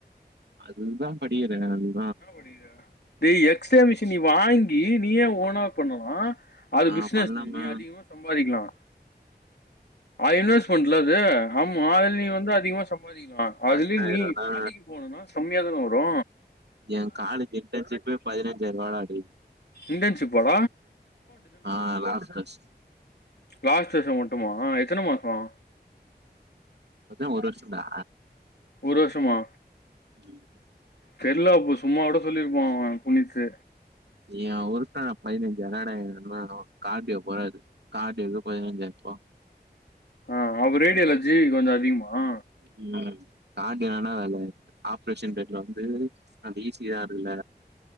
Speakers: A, on the right (about 75°); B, on the left (about 70°).
A: அதுகுதா படிகிறே நானு
B: என்ன படிக்கிற டோ எக்ஸ்ரே மிஷின் நீ வாங்கி நீயே ஓன்ன பண்ணன அது
A: நா
B: பிசினஸ்ஸு
A: பண்ணாம
B: நீ அதிகமா சம்பாதிக்கலா <unintelligible> இன்வெஸ்மென்ட்டுல அது ஆமா அதுல நீ வந்து அதிகமா சம்பாதிக்கலா
A: பத்தாயிரம்னா
B: அதுலயு நீ வேலைக்கு போணுன கம்மியாதானே வரு
A: என் காலஜ் இடர்ன் சிப்பே பதினஞ்சாயிறாருபாடா டே
B: இன்டர்ன்ஷிப்பாட
A: ஆ லாஸ்ட் <unintelligible>
B: லாஸ்ட் வர்ஷோ மட்டுமா எத்தன மாசோ
A: பத்தின ஒரு வர்ஷோ டா
B: ஒரு வர்ஷமா
A: ம்
B: தெர்ல அப்போ சும்மா கூட சொல்லியிருப்பா அவ புனித்து
A: எ அவுருக்கு அதா பதினஞ்சாயிறாடே என்ன அவ கார்டியோ போறாரு கார்டியோக்கு பதினஞ்சாயிரபா
B: அ அவ ரேடியாலஜி கொஞ்சோ அதிகமா
A: ம் கார்டியானா என்ன வேல ஆப்ரேஷன் தேட்டர்ல வந்து அந்த ஈ சி ஆருல